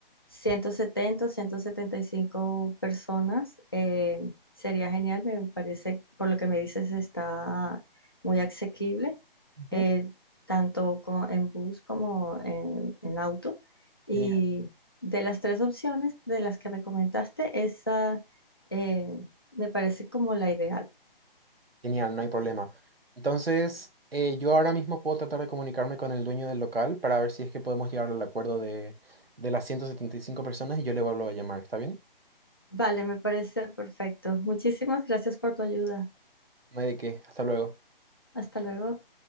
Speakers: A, on the left (about 25°); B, on the right (about 85°).
A: 170 o 175 personas, eh, sería genial, me parece, por lo que me dices, está muy asequible,
B: Ujú.
A: eh, tanto co- en bus como en, en auto. Y
B: Genial.
A: de las tres opciones de las que me comentaste, esa eh, me parece como la ideal.
B: Genial, no hay problema. Entonces, eh, yo ahora mismo puedo tratar de comunicarme con el dueño del local para ver si es que podemos llegar al acuerdo de, de las 175 personas y yo le vuelvo a llamar, ¿está bien?
A: Vale, me parece perfecto. Muchísimas gracias por tu ayuda.
B: No hay de qué. Hasta luego.
A: Hasta luego.